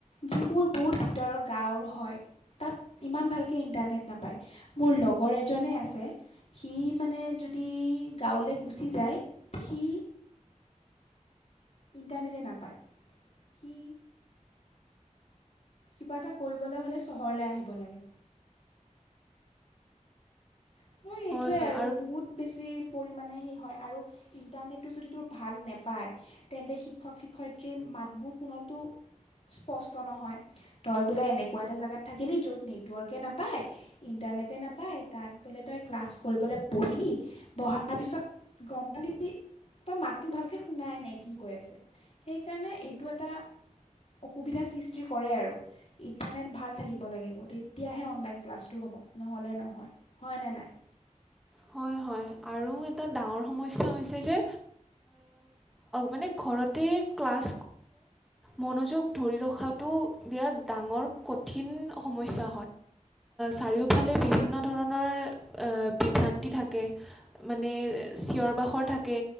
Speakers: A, on the left; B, in the centre.
A: যিবোৰ বহুত ভিতৰৰ গাঁৱৰ হয় তাত ইমান ভালকৈ ইণ্টাৰনেট নাপায়, মোৰ লগৰ এজনে আছে সি মানে যদি গাঁৱলৈ গুচি যায়, সি ইণ্টাৰনেটে নাপায় সি কিবা এটা কৰিবলৈ হ'লে চহৰলৈ আহিব লাগে। <unintelligible> সেইটোৱে
B: হয় হয়
A: আৰু বহুত বেছি পৰিমাণে সেই হয়, আৰু ইণ্টাৰনেটটো যদি তোৰ ভাল নোপায় তেন্তে শিক্ষক শিক্ষয়িত্ৰী মাতবোৰ শুনতো স্পষ্ট নহয় তই বোলে এনেকুৱা এটা জেগাত থাকিলি য'ত নেটৱৰ্কে নাপায় <unintelligible> নাপায় তাত বোলে তই ক্লাছ কৰিবলৈ বহিলি, বহাৰ পিছত গম পালি তাৰ মাতটো ভালকে শুনাই নাই কি কৈ আছে, সেইকাৰণে এইটো এটা অসুবিধাৰ সৃষ্টি কৰে আৰু ইণ্টাৰনেট ভাল থাকিব লাগিব তেতিয়াহে অনলাইন ক্লাছটো হ'ব। নহলে নহয়, হয় নে নাই?
B: হয় হয় আৰু এটা ডাঙৰ সমস্যা হৈছে যে মানে ঘৰতে ক্লাছ মনোযোগ ধৰি ৰখাটো বিৰাট ডাঙৰ কঠিন সমস্যা চাৰিওফালে বিভিন্ন ধৰণৰ বিভ্ৰান্তি থাকে মানে চিঞৰ বাখৰ থাকে